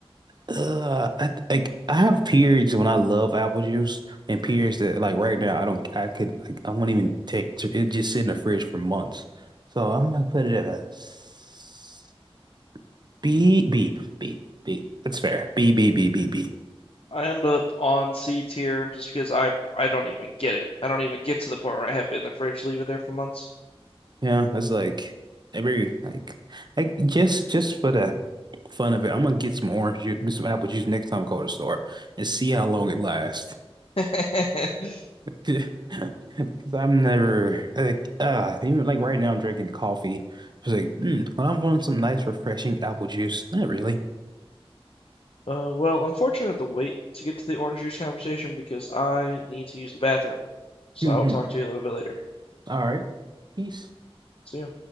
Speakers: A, on the right (about 45°); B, on the left (about 65°).
A: uh, I, like I have periods when I love apple juice, and periods that like right now I don't, I could, like, I won't even take. to- It just sit in the fridge for months. So I'm gonna put it at a s- B, B, B, B. That's fair. B, B, B, B, B.
B: I end up on C tier just because I I don't even get it. I don't even get to the point where I have it in the fridge, leave it there for months.
A: Yeah, that's like every like, like just just for the fun of it, I'm gonna get some orange juice, some apple juice next time I go to the store and see how long it lasts.
B: <laughs>
A: <laughs> Because I'm never like ah even like right now I'm drinking coffee. I was like, mm, when I want some nice refreshing apple juice, not really.
B: Uh, well, unfortunately, I have to wait to get to the orange juice conversation because I need to use the bathroom.
A: <laughs>
B: So
A: All
B: I'll talk to you a little bit later.
A: right, peace.
B: See ya.